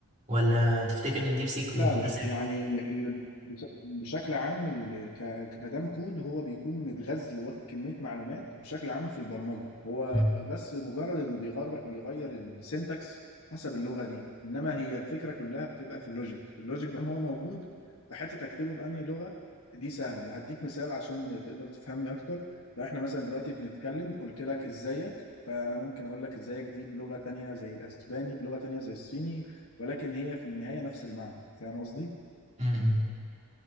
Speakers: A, on the right; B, on the left.
A: ولا تفتكر ان ديب سيك مكتسح
B: لا لا يعني ال- بش- بشكل عام ال- ك- كمدام كود هو بيكون متغذي وواخد كمية معلومات بشكل عام في البرمجة هو
A: مم.
B: بس مجرد انه بيغير بيغير السينتاكس حسب اللغة دي انما هي الفكرة كلها بتبقى في اللوجيك اللوجيك بقى هو موجود في حتة تكتبه بأنهي لغة دي سهلة هديك مثال عشان تقدر تفهمني اكتر لو احنا مثلا دلوقتي بنتكلم قلت لك ازيك فانا ممكن اقول لك ازيك دي بلغة تانية زي الاسباني بلغة تانية زي الصيني ولكن هي في النهاية نفس المعنى فاهم قصدي؟
A: مم.